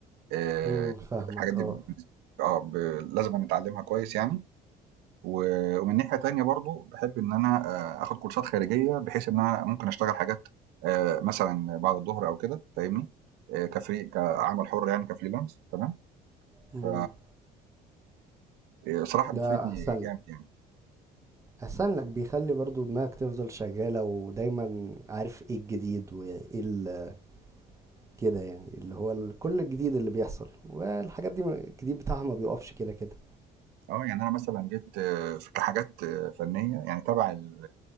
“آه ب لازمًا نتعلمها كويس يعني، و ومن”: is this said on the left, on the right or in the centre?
Right